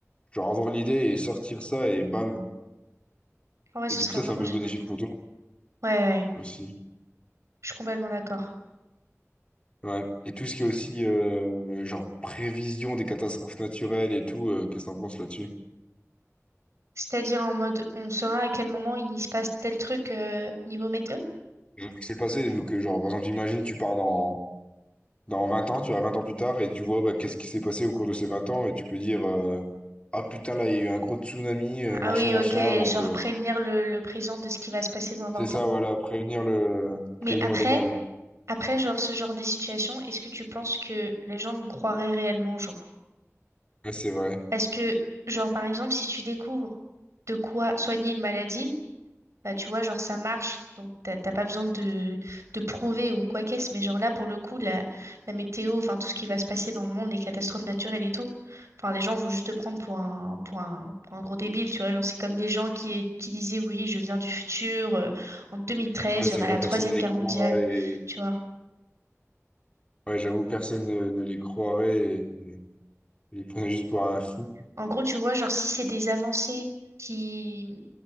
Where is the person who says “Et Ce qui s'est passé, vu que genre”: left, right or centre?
Left